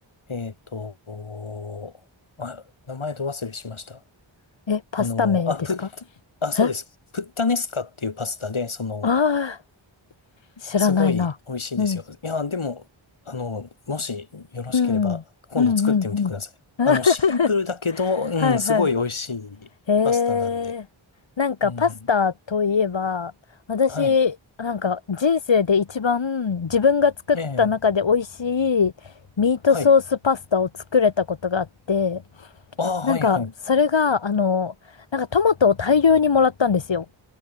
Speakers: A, on the left; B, on the left.
A: えっと、あ、名前ど忘れしました。
B: え、パスタ名ですか
A: あの、あ、プッ、あ、そうです。
B: えあ
A: プッタネスカっていうパスタで、その、
B: あー、知らないな。
A: すごい美味しいですよ。
B: うん。
A: いや、でも、あの、もしよろしければ、
B: うん。うんうんうん。
A: 今度作ってみてください。
B: <laughs>
A: あの、シンプルだけど、うん、
B: はいはい。
A: すごい美味しいパスタなんで。
B: へえ。なんかパスタといえば、
A: うん。
B: 私、
A: はい。
B: なんか人生で一番自分が作った中で美味しいミートソースパスタを作れたことがあって、
A: ええ。はい。ああ、
B: なんかそれが、
A: はい、はい。
B: あの、なんかトマトを大量にもらったんですよ。